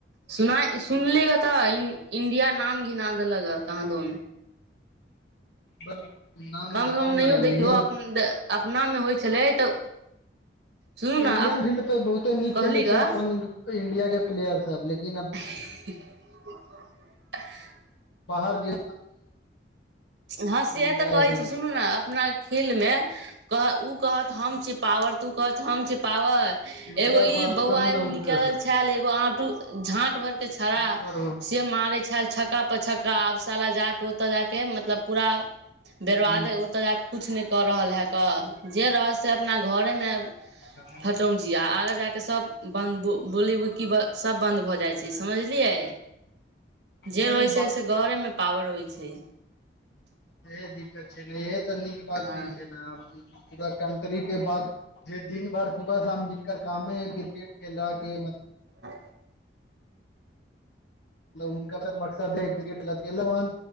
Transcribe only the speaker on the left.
बल नाम
बताउ
ने
इंडिया
इण्डियन
फील्ड परर बहुते नीक
खेलैत
छै अपन इंडियाक के प्लेयर सभ लेकिनब
बाहर जे।
मिल
जाय
एकदम
हुनका
बात
करू
ने हुनका
से
नम्बर हो
ह
अ।
वही
ह दिक्कत छै ने यह तऽ नीक बात
न छै ने पूरा कन्ट्री के बाद जे दिन भर सुबह शाम जिनक कामे है क्रिकेट खेलके मतलब
मतलब उनका फेर मकसद है क्रिके लेलन